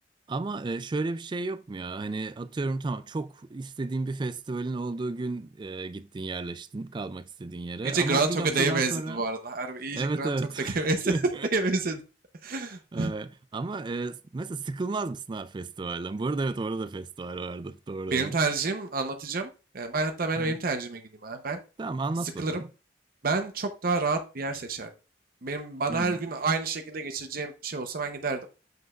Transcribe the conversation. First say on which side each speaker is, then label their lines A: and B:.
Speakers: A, on the right; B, on the right.
A: ama e, şöyle bir şey yok mu ya? Hani atıyorum tamam çok istediğin bir festivalin olduğu gün e, gittin yerleştin kalmak istediğin yere.
B: İyice
A: Ama
B: Grand
A: bir
B: Togo'ya
A: noktadan
B: benzedi
A: sonra
B: bu arada. Harbi iyice
A: evet
B: Grand
A: evet.
B: Togo'ya <laughs> benzedi.
A: <laughs>
B: Neye benzedi? <laughs>
A: Ee, ama e, mesela sıkılmaz mısın abi festivalden? Bu arada evet orada da festival vardı. Doğru
B: Benim
A: dedim.
B: tercihim anlatacağım. Ee, Ben hatta ben
A: Hı
B: benim
A: hı.
B: tercihime gireyim abi. Ben
A: Tamam anlat
B: sıkılırım.
A: bakalım.
B: Ben çok daha rahat bir yer seçerdim. Benim bana
A: Hı hı.
B: her gün aynı şekilde geçireceğim bir şey olsa ben giderdim.